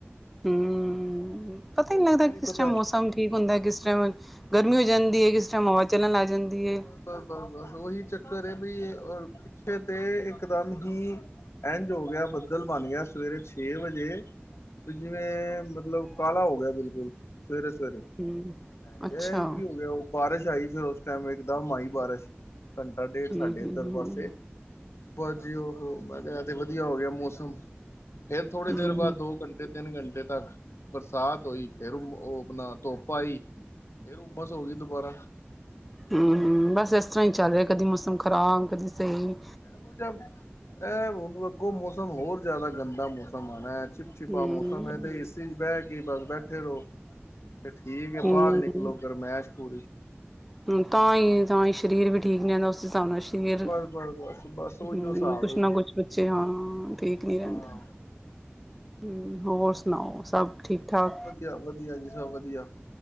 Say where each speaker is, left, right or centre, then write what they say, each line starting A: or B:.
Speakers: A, in the centre; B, on the left.
A: ਹੂੰ ਪਤਾ ਹੀ ਨਹੀਂ ਲੱਗਦਾ,
B: ਇਹ ਨੀ
A: ਕਿਸ
B: ਪਤਾ
A: ਟਾਈਮ ਮੌਸਮ ਠੀਕ ਹੁੰਦਾ ਕਿਸ ਟਾਈਮ ਗਰਮੀ ਹੋ ਜਾਂਦੀ ਹੈ, ਕਿਸ ਟਾਈਮ ਹਵਾ ਚੱਲਣ ਆ ਜਾਂਦੀ ਹੈ।
B: ਬ ਬਸ ਬਸ ਉਹੀ ਚੱਕਰ ਬਈ ਰ ਪਿੱਛੇ ਤੇ ਇਕ ਦਮ ਹੀ ਇੰਝ ਹੋ ਗਿਆ ਬੱਦਲ ਬਣ ਗਿਆ, ਸਵੇਰੇ ਛੇ ਵਜੇ ਵੀ ਜਿਵੇਂ ਮਤਲਬ ਕਾਲਾ ਹੋ ਗਿਆ, ਬਿਲਕੁਲ ਸਵੇਰੇ-ਸਵੇਰੇ।
A: ਹੂੰ
B: ਮੈਂ
A: ਅੱਛਾ
B: ਕਿਆ ਇਹ ਕਿ ਹੋ ਗਿਆ, ਉਹ ਬਾਰਿਸ਼ ਆਈ, ਫਿਰ ਉਸ ਟਾਈਮ ਇੱਕ ਦਮ ਆਈ ਬਾਰਿਸ਼ ਘੰਟਾ ਡੇਢ ਸਾਡੇ
A: ਹੂੰ ਹੂੰ
B: ਇੱਧਰ ਪਾਸੇ। ਬਸ ਜੀ ਉਹੋ ਮੈਂ ਕਿਹਾ ਤੇ ਵਧੀਆ ਹੋ ਗਿਆ, ਮੌਸਮ ਫੇਰ ਥੋੜੀ
A: ਹੂੰ
B: ਦੇਰ ਬਾਅਦ ਦੋ ਘੰਟੇ ਤੇ ਤਿੰਨ ਘੰਟੇ ਤੱਕ ਬਰਸਾਤ ਹੋਈ, ਫੇਰ ਉਹ ਉਹ ਆਪਣਾ ਧੁੱਪ ਆਈ ਫੇਰ ਉਹ ਬਸ ਹੋ ਗਈ ਦੁਬਾਰਾ।
A: ਹਮ ਬਸ ਇਸ ਤਰ੍ਹਾਂ ਹੀ ਚੱਲ ਰਿਹਾ ਕਦੀ ਮੌਸਮ ਖਰਾਬ ਕਦੀ ਸਹੀ।
B: <unintelligible> ਇਹ ਹੁਣ ਅੱਗੋਂ ਮੌਸਮ ਹੋਰ ਜਿਆਦਾ ਗੰਦਾ ਮੌਸਮ ਆਉਣਾ। ਚਿਪਛਿਪਾ
A: ਹੂੰ
B: ਮੌਸਮ ਹੈ ਤੇ ਏਸੀ ਚ ਬਹਿ ਕੇ ਬਸ ਬੈਠੇ ਰਹੋ। ਤੇ ਠੀਕ ਹੈ
A: ਹੂੰ
B: ਬਾਹਰ ਨਿਕਲੋ ਗਰਮੈਸ਼ ਪੂਰੀ
A: ਹਮ ਤਾਂ ਹੀ ਤਾਂ ਹੀ ਸ਼ਰੀਰ ਵੀ ਠੀਕ ਨਹੀਂ ਹੈਗਾ ਉਸ ਹਿਸਾਬ ਨਾਲ ਫਿਰ
B: ਬਸ ਬਸ ਬਸ ਬਸ ਉਹੀਓ
A: ਹਮ
B: ਹਿਸਾਬ
A: ਕੁਛ
B: ਹੈ ਜੀ
A: ਨਾ ਕੁਛ ਬੱਚੇ ਹਾਂ ਠੀਕ ਨੀ ਰਹਿੰਦੇ।
B: ਹਾਂ
A: ਹਮ ਹੋਰ ਸੁਣਾਓ ਸਭ ਠੀਕ ਠਾਕ?
B: ਵਧੀਆ-ਵਧੀਆ ਜੀ ਸਭ ਵਧੀਆ।